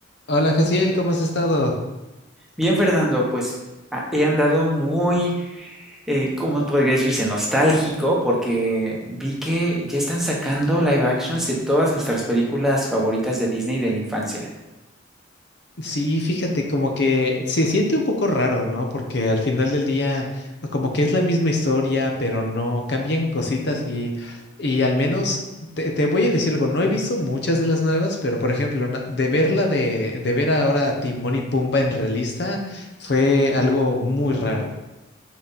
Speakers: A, on the left; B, in the centre.
A: Hola, Jaciel, ¿cómo has estado?
B: Bien, Fernando, pues a- he andado muy, eh, ¿cómo podría decirse? Nostálgico, porque vi que ya están sacando live actions de todas nuestras películas favoritas de Disney de la infancia.
A: Sí, fíjate, como que se siente un poco raro, ¿no? Porque al final del día, como que es la misma historia, pero no cambian cositas y, y al menos te, te voy a decir algo, no he visto muchas de las nuevas, pero por ejemplo, na- de verla de, de ver ahora a Timón y Pumba en realista fue algo muy raro.